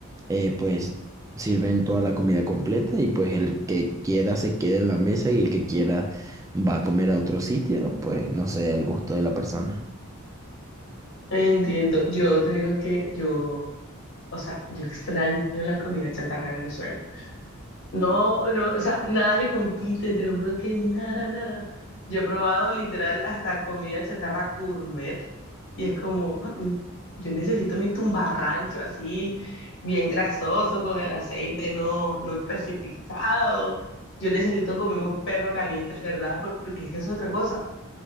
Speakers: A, on the right; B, on the left.
A: eh, pues sirven toda la comida completa y pues el que quiera se queda en la mesa y el que quiera va a comer a otro sitio, pues no sé, al gusto de la persona.
B: Entiendo. Yo te digo que yo, o sea, yo extraño la comida chatarra de Venezuela. No, no, o sea, nada le compite, te lo juro que nada, nada. Yo he probado literal hasta comida chatarra gourmet y es como, "Mm, mm, yo necesito mi tumbarrancho así, bien grasoso, con el aceite no, no especificado. Yo necesito comerme un perro caliente de verdad porque es que eso es otra cosa.